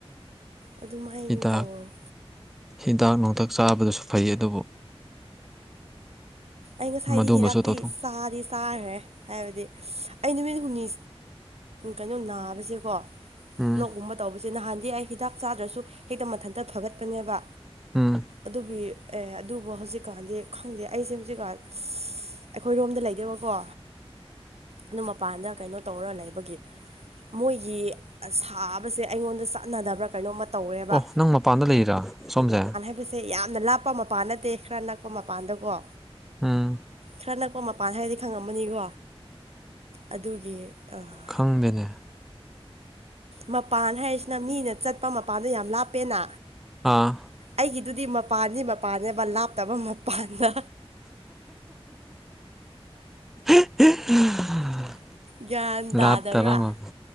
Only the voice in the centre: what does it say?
ꯍꯤꯗꯥꯛ
ꯍꯤꯗꯥꯛ ꯅꯨꯡꯊꯛ ꯆꯥꯕꯗꯁꯨ ꯐꯩ ꯑꯗꯨꯕꯨ꯫
ꯃꯗꯨꯃꯁꯨ
ꯇꯧꯊꯣꯛ
ꯎꯝ
ꯎꯝ꯫
ꯑꯣ ꯅꯪ ꯃꯄꯥꯟꯗ ꯂꯩꯔꯥ ꯁꯣꯝꯁꯦ
ꯎꯝ
ꯈꯪꯗꯅꯦ
ꯑꯥ
<inaudible>
ꯂꯥꯞ ꯇꯔꯃꯕꯨ